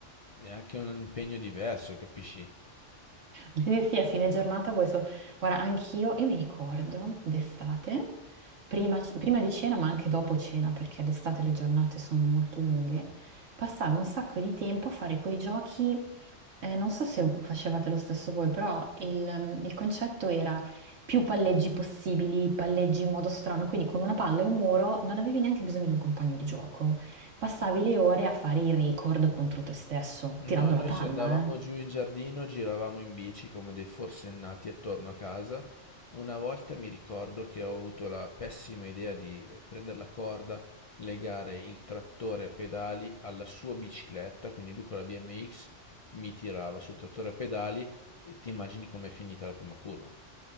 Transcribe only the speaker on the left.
è anche un impegno diverso, capisci?
No,
noi
se andavamo
giù in giardino giravamo in bici come dei forsennati attorno a casa. Una volta mi ricordo che ho avuto la pessima idea di eh, prendere la corda, legare il trattore a pedali alla sua bicicletta, quindi lui con la BMX mi tirava sul trattore a pedali e ti immagini com'è finita la prima curva.